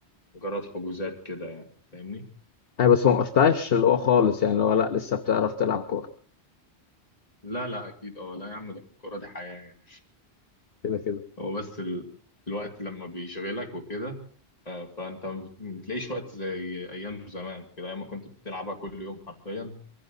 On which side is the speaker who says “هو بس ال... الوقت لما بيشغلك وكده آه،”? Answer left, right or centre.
Left